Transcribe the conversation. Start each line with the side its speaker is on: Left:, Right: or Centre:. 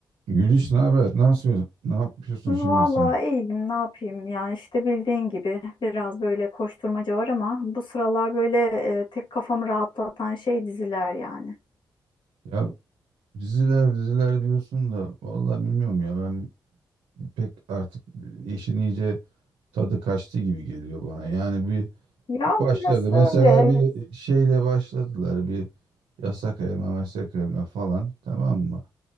Right: Güliş ne haber? Nasıl yapıyorsun? Ne yapıyorsun
Left: Vallahi
Right: şimdi sen?
Left: iyiyim, ne yapayım ya işte bildiğin gibi biraz böyle koşturmaca var ama bu sıralar böyle e, tek kafamı rahatlatan şey diziler yani.
Right: Ya diziler diziler diyorsun da vallahi bilmiyorum ya ben pek artık işin iyice tadı kaçtı gibi geliyor bana. Yani bir
Left: Ya orası
Right: başladı. Mesela
Left: öyle evet.
Right: bir şeyle başladılar bir yasak elma meslek elma falan tamam mı?